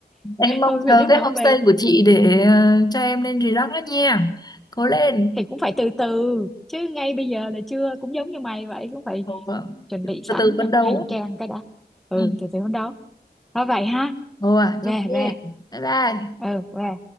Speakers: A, on the left (about 20°); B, in the centre.
A: em mong
B: thôi vậy
A: chờ
B: đứa nào
A: cái homestay
B: cũng về
A: của chị để ờ, cho em lên relax đó nha cố lên
B: thì cũng phải từ từ chứ ngay bây giờ là chưa cũng giống như mày vậy cũng phải
A: Ồ, vâng.
B: chuẩn bị sẵn
A: từ từ phấn
B: nè,
A: đấu
B: hành trang cái đã ừ
A: ừ.
B: từ từ hôm đó thôi vậy ha
A: Ồ, à,
B: về
A: ok
B: về
A: bye bye
B: ừ về